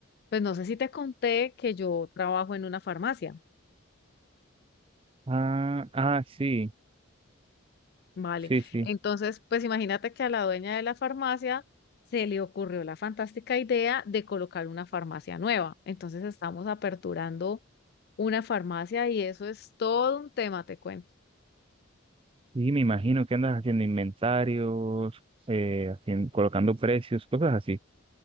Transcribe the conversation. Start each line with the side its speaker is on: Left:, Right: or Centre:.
Left: pues no sé si te conté que yo trabajo en una farmacia,
Right: Ah, ah, sí,
Left: ¿vale?
Right: sí, sí.
Left: Entonces, pues imagínate que a la dueña de la farmacia se le ocurrió la fantástica idea de colocar una farmacia nueva. Entonces estamos aperturando una farmacia y eso es todo un tema, te cuento.
Right: Y me imagino que andas haciendo inventarios, eh, haciendo, colocando precios, cosas así.